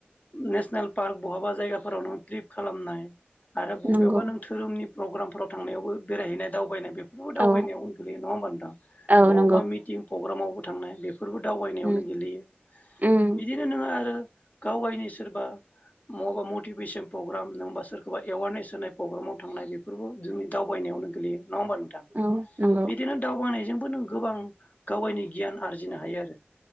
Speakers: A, on the left; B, on the right.
A: नेसनेल पार्क बहाबा जायगाफोराव नों ट्रिप खालामनाय आरो बबेयावबा
B: नंगौ
A: नों धोरोमनि प्रग्रामफोराव थांनायावबो बेरायहैनाय दाव बायनाय बे फोरबो
B: औ
A: दावबायनायावनो गोलैयो नङा होमबा नोथां?
B: औ
A: बबावबा
B: नंगौ
A: मिटिं प्रग्रामावबो थांनाय बे फोरबो दावबायनायावनो
B: उम
A: गोलैयो
B: उम
A: बिदिनो नोङो आरो गाव गावनि सोरबा माबा मटिभेसन प्रग्राम नङबा सोरखौबा एवारनेस होनाय प्रग्रामाव थांनाय बेफोरबो जोंनि दावबायनायावनो गोगलैयो। नङ होमबा नोंथां?
B: औ नंगौ
A: बिदिनो दावबायनायजों नों गोबां गावगाइनि गियान आरजिनो हायो आरो